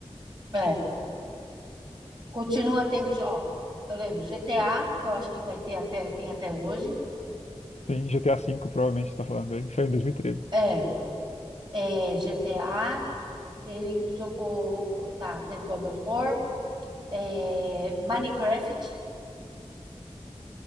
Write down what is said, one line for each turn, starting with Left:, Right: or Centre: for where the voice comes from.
Right: É. Continua tendo, jo- ó, eu lembro GTA, que eu acho que vai ter até, tem até hoje.
Left: Sim, GTA V, provavelmente, tá falando dele, que saiu em 2013.
Right: É. É, GTA, ele jogou, tá, teve God of War, é, Minecraft,